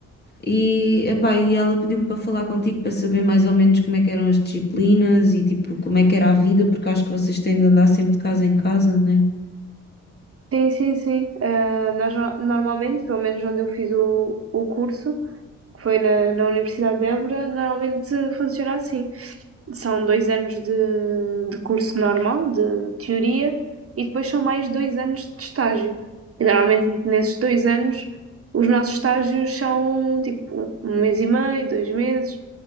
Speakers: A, on the left; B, on the right.
A: e, epá, e ela pediu-me para falar contigo para saber mais ou menos como é que eram as disciplinas e tipo como é que era a vida, porque acho que vocês têm de andar sempre de casa em casa, né?
B: Sim, sim, sim. Ah, nós no- normalmente, pelo menos onde eu fiz o, o curso, que foi na, na Universidade de Évora, normalmente funciona assim. São dois anos de, de curso normal, de teoria, e depois são mais dois anos de estágio. E normalmente nesses dois anos, os nossos estágios são tipo um mês e meio, dois meses,